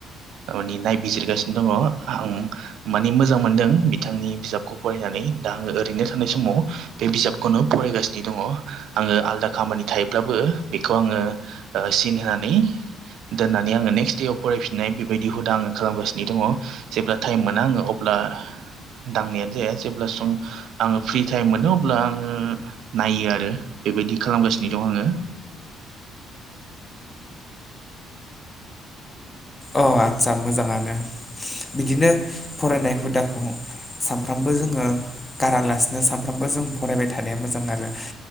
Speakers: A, on the right; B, on the left.
A: दामानि नायबिजिरगासिनो दङ आं मानि मोजां मोनदों बिथांनि बिजाबखौ फरायनानै दा आङो ओरैनो थानाय समाव बे बिजाबखौनो फरायगासिनो दङ आङो आलादा खामानि थायोब्लाबो बेखौ आङो सिन होनानै दोननानै आङो नेक्स्ट देयाव फरायफिननाय बायदि हुदा आङो खालामगासिनो दङ जेब्ला टाइम मोना आङो अब्ला दांनायानो जाया जेब्ला जों आङो फ्रि टाइम मोनो अब्ला आङो नायो आरो बेबायदि खालामगासिनो दं आङो
B: अ आस्सा मोजाङानो बिदिनो फरायनाय हुदाखौ सानफ्रामबो जोङो गारालासिनो सानफ्रामबो जों फरायबाय थानाया मोजां आरो